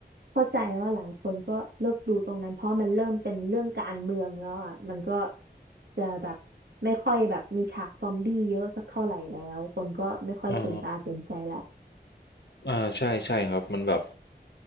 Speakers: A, on the right; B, on the left.
A: เข้าใจว่าหลายคนก็เลิกดูตรงนั้นเพราะมันเริ่มเป็นเรื่องการเมืองแล้วอ่ะมันก็จะแบบไม่ค่อยแบบมีฉากซอมบี้เยอะสักเท่าไหร่แล้วคนก็ไม่ค่อยตื่นตาตื่นใจละ
B: อ่าอ่าใช่ใช่ครับมันแบบ